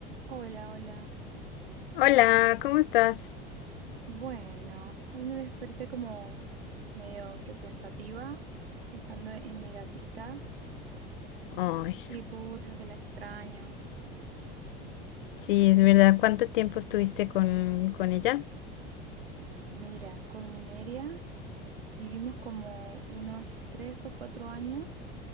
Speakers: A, on the right (about 75°); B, on the left (about 60°).
A: Hola, hola.
B: Hola, ¿cómo estás?
A: Bueno, hoy me desperté como medio que pensativa, pensando en mi gatita
B: Ay,
A: y pucha que la extraño.
B: sí, es verdad. ¿Cuánto tiempo estuviste con, con ella?
A: Mira, con Nimeria vivimos como unos tres o cuatro años,